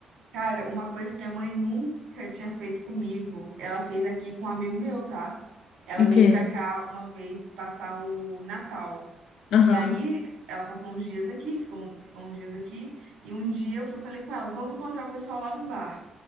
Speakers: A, on the right; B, on the left.
A: cara, uma coisa que minha mãe nunca tinha feito comigo, ela fez aqui com um amigo meu, tá? Ela
B: O
A: veio
B: quê?
A: pra cá uma vez passar o Natal.
B: Aham.
A: E aí, ela passou uns dias aqui, ficou, ficou uns dias aqui. E um dia eu fui e falei com ela, vamos encontrar o pessoal lá no bar.